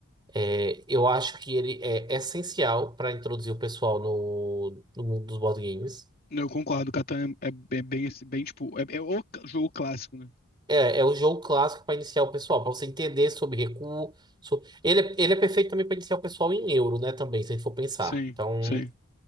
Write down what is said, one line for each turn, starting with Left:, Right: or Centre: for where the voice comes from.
Right: É, eu acho que ele é essencial pra introduzir o pessoal no, no mundo dos board games.
Left: Eu concordo, Catan é, é- é bem, esse- bem, tipo, é, é o c- jogo clássico, né?
Right: É, é o jogo clássico para iniciar o pessoal, para você entender sobre recuo. so- Ele, é- ele é perfeito também para iniciar o pessoal em euro, né? Também, se a gente for pensar.
Left: Sim,
Right: Então.
Left: sim.